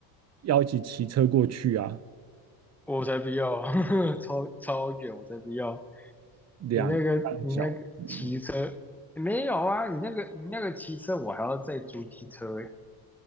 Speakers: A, on the right; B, in the centre.
A: 要一起骑车过去啊，
B: 我才不要，<laughs> 超超远，我才不要。
A: 两个半小时，
B: 你那个，你那个骑车没有啊？你那个，你那个骑车，我还要再租机车诶。